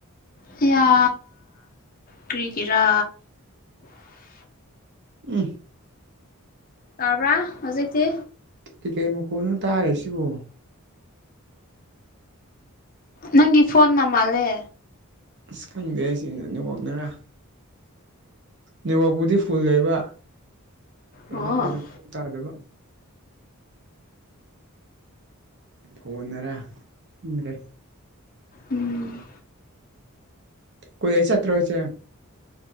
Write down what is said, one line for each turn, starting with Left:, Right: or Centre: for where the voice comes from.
Left: ꯍꯌꯥ ꯀ꯭ꯔꯤꯒꯤꯔꯥ
Right: ꯎꯝ
Left: ꯇꯥꯕ꯭ꯔꯥ ꯍꯧꯖꯤꯛꯇꯤ
Right: ꯀꯩꯀꯩ ꯃꯈꯣꯟꯅꯣ ꯇꯥꯔꯤꯁꯤꯕꯨ
Left: ꯅꯪꯒꯤ ꯐꯣꯟ ꯅ ꯃꯥꯜꯂꯦ
Right: ꯑꯁ ꯈꯪꯗꯦ ꯁꯤ ꯅꯦꯠꯋꯥꯛꯅꯔꯥ ꯅꯦꯠꯋꯥꯛꯄꯨꯗꯤ ꯐꯨꯜ ꯂꯩꯕ ꯈꯣꯟꯅ
Left: ꯑꯣ
Right: ꯀꯣꯟꯅ ꯇꯥꯗꯕ ꯐꯣꯟꯅꯔ ꯈꯪꯗ꯭ꯔꯦ
Left: ꯎꯝ
Right: ꯀꯣꯂꯦꯖ ꯆꯠꯇ꯭ꯔꯣ ꯍꯖꯤꯛ